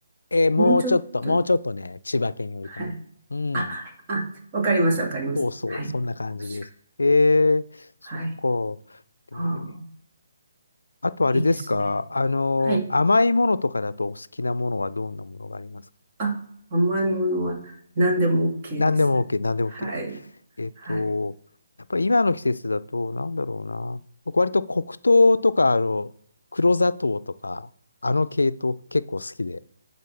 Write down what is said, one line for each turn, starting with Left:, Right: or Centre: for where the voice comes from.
Left: えーもうちょっと、
Right: もうちょっと、
Left: もうちょっとね、千葉県よりかな。
Right: はい。
Left: うん、
Right: あ、あ、わかります、わかります。
Left: そうそう、
Right: はい。
Left: そんな感じです。
Right: 越谷
Left: えー、そっか。
Right: はい。
Left: でもね、
Right: ああ、
Left: あとあれですか、
Right: いいですね。
Left: あの、
Right: はい。
Left: 甘いものとかだとお好きなものはどんなものがありますか
Right: あ、甘いものは何でも OK
Left: 何でも
Right: です。
Left: OK、何でも
Right: はい。
Left: OK。えっと、
Right: はい。
Left: やっぱり今の季節だと、なんだろうな。僕割と黒糖とか、あの、黒砂糖とか、あの系統結構好きで。